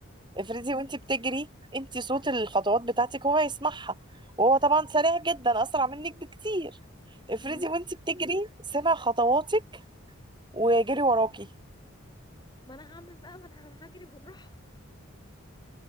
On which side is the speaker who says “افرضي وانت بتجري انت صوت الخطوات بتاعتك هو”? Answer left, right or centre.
Right